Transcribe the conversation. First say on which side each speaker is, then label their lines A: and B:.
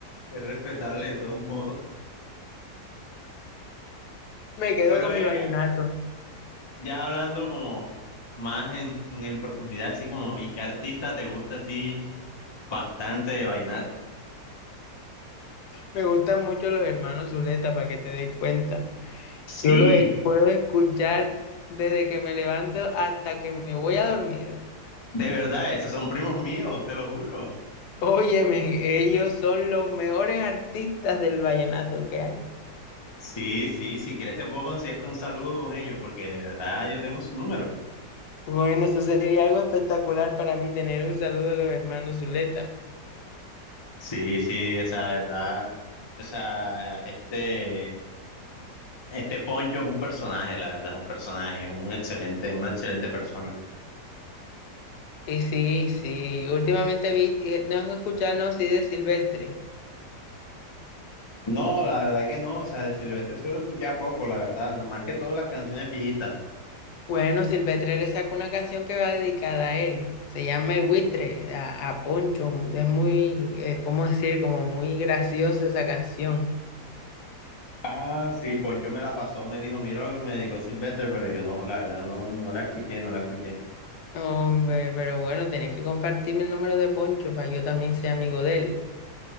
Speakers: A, on the left; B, on the left.
A: Es respetable de todos modos.
B: Me quedo
A: Pero
B: con
A: ven
B: mi vallenato.
A: acá, ya hablando como más en, en profundidad, así como, ¿y qué artista te gusta a ti bastante de vallenato?
B: Me gustan mucho los hermanos Zuleta, para que te des cuenta.
A: Sí,
B: Yo los e- puedo escuchar desde que me levanto hasta que me voy a dormir.
A: de verdad, esos son primos míos, te lo juro.
B: Óyeme, ellos son los mejores artistas del vallenato que hay.
A: Sí, sí, si quieres te puedo conseguirte un saludo con ellos, porque de verdad yo tengo su número.
B: Bueno, eso sería algo espectacular para mí tener un saludo de los hermanos Zuleta.
A: Sí, sí, o sea, de verdad, o sea, este, Este Poncho es un personaje, la verdad, es un personaje, es un excelente, una excelente persona.
B: Y sí, sí, últimamente vi, eh, no escucharnos sí de Silvestre.
A: No, la verdad que no, o sea, de Silvestre solo escuchaba poco, la verdad, más que todas las canciones viejitas.
B: Bueno, Silvestre le sacó una canción que va dedicada a él. Se llama El Buitre, a, a Poncho. Es muy, eh, ¿cómo decir? Como muy graciosa esa canción.
A: Ah, sí, Poncho me la pasó, me dijo, mira lo que me dijo Silvestre, pero yo no, la verdad, no, no la escuché, no la escuché.
B: Hombre, pero bueno, tenés que compartirme el número de Poncho para yo también sea amigo de él.